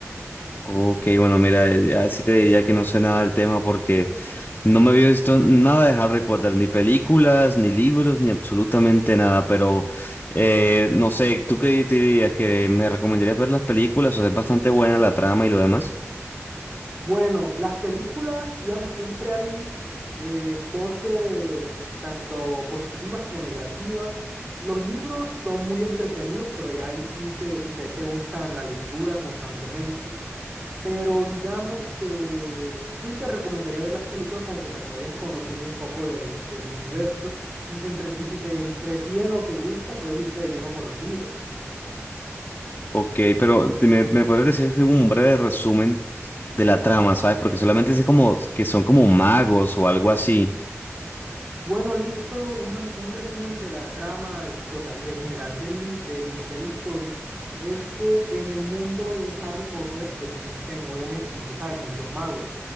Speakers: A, on the left; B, on the right.
A: Ok, bueno, mira, eh, así te diría que no sé nada del tema porque no me había visto nada de Harry Potter, ni películas, ni libros, ni absolutamente nada, pero eh, no sé, ¿tú qué te dirías? ¿Que me recomendarías ver las películas? O sea, es bastante buena la trama y lo demás.
B: Bueno, las películas, digamos, siempre hay eh, voces tanto positivas como negativas. Los libros son muy entretenidos, pero ya ahí sí, se, si ahí te gustan la lectura constantemente Pero digamos que sí te recomendaría ver las películas como que para que vayas conociendo un poco del, del universo. Y si te entre- y si te entretiene o te gusta, puedes irte de lleno con los libros.
A: Ok, pero te- me, me podrías decir que un breve resumen de la trama, ¿sabes? Porque solamente sé como que son como magos o algo así.
B: Bueno, listo, una- un resumen de la trama de- total, de general del, li- del- de la historia. Es que en el mundo de Harry Potter existen, obviamente, como tú sabes, muchos magos.